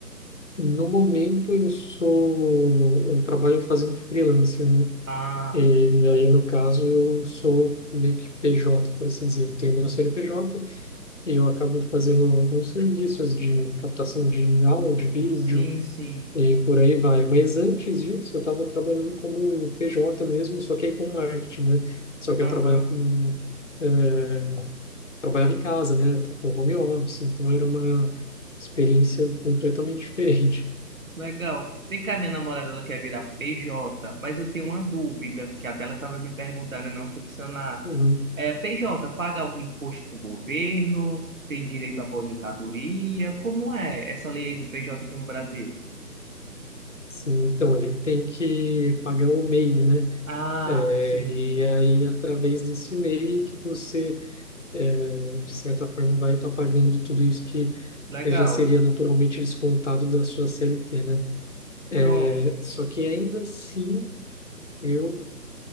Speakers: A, on the left (about 45°); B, on the right (about 55°).
A: No momento, eu sou, eu trabalho fazendo freelancer, né?
B: Ah,
A: E aí, no caso, eu sou meio que PJ, por assim dizer. Eu tenho meu CNPJ e eu acabo fazendo alguns serviços de captação de áudio, vídeo,
B: sim, sim.
A: E por aí vai. Mas antes disso, eu estava trabalhando como PJ mesmo, só que aí com marketing, né? Só que
B: Aham.
A: eu trabalhava com, eh, trabalhava em casa, né? Com home office, então era uma experiência completamente diferente.
B: Legal. Vem cá, minha namorada, ela quer virar PJ, mas eu tenho uma dúvida, que até ela estava me perguntando, e não sobre sanar.
A: Uhum.
B: É, PJ, paga algum imposto para o governo? Tem direito à aposentadoria? Como é essa lei aí do PJ aqui no Brasil?
A: Sim, então ele tem que pagar o MEI, né?
B: Ah,
A: Eh,
B: sim.
A: e aí, através desse MEI, que você, eh, de certa forma, vai estar pagando tudo isso que
B: Legal.
A: já seria naturalmente descontado da sua CLT, né? É,
B: Pronto.
A: só que ainda assim, eu